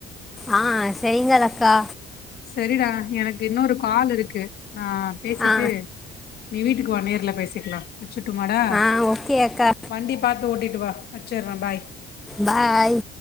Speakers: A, in the centre; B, on the left.
A: ஆ செரிங்கள் அக்கா.
B: செரிடா எனக்கு இன்னொரு கால் இருக்கு நா பேசிட்டு
A: ஆ
B: நீ வீட்டுக்கு வா நேர்ல பேசிக்கலா. வெச்சுர்ட்டுமாடா?
A: ஆ ஓகே அக்கா
B: வண்டிய பாத்து ஓட்டிட்டு வா வெச்சர்றே பாய்.
A: பாய்.